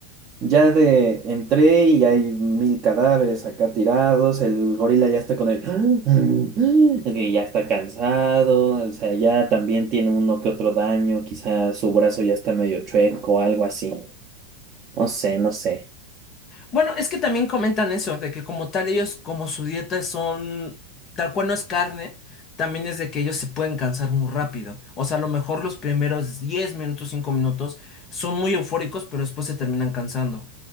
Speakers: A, on the right; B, on the left.
A: Ya de entré y hay mil cadáveres acá tirados. El gorila ya está con el <gasps> que ya está cansado. O sea, ya también tiene uno que otro daño. Quizá su brazo ya está medio chueco, algo así. No sé, no sé.
B: Bueno, es que también comentan eso, de que como tal ellos, como su dieta son, tal cual no es carne, también es de que ellos se pueden cansar muy rápido. O sea, a lo mejor los primeros 10 minutos, 5 minutos son muy eufóricos, pero después se terminan cansando.